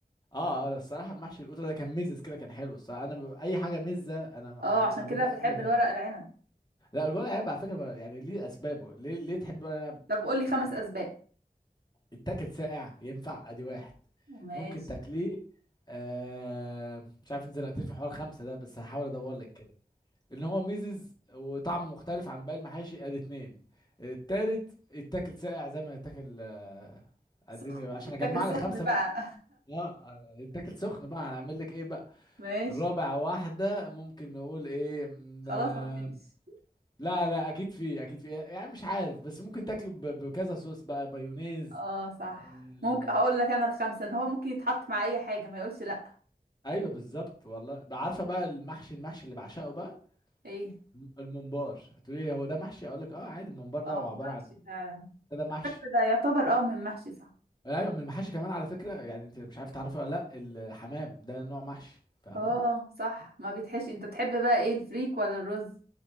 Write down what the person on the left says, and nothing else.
اه اه الصراحه محشي القوطه ده كان مزز كده كان حلو الصراحه انا ب- اي حاجه مزه انا
انا
بدوس
فيها
يعني.
لا الورق عنب على فكره ما- يعني ليه اسبابه ليه ليه تحب الورق عنب
يت-
يتاكل ساقع ينفع ادي واحد
ممكن تاكليه آه مش عارف انت زنقتني في حوار خمسه ده بس هحاول ادور لك ان هو ميزز وطعمه مختلف عن باقي المحاشي ادي اتنين التالت يتاكل ساقع زي ما يتاكل آه، اديني
بقى عشان
اجمع
لك خمسه
بقى اه أنا- يتاكل سخن بقى هنعمل لك ايه بقى
الرابع واحده ممكن نقول ايه مم،
آه،
لا لا اكيد في اكيد في يعني مش عارف بس ممكن تاكله ب- بكذا صوص بقى مايونيز
آه،
ايوه بالظبط والله بقى عارفه بقى المحشي المحشي اللي بعشقه بقى
الم- الممبار هتقولي هو ده محشي اقول لك اه عادي الممبار ده
هو عباره
عن
ده, ده محشي
ايوه من المحاشي كمان على فكره يعني انت مش عارف تعرفي ولا لا الحمام ده نوع محشي فاهمه